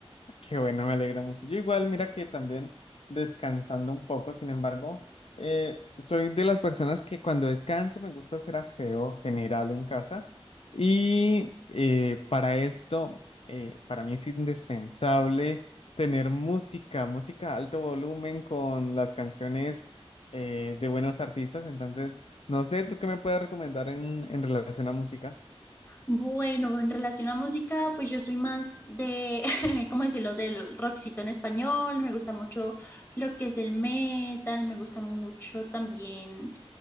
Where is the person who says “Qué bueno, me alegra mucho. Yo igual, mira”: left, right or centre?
Left